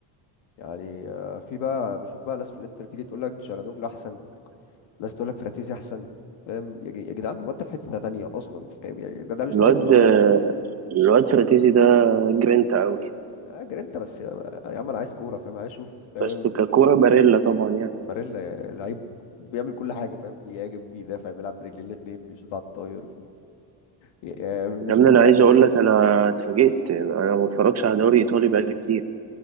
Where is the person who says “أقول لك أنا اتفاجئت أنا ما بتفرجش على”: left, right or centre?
Right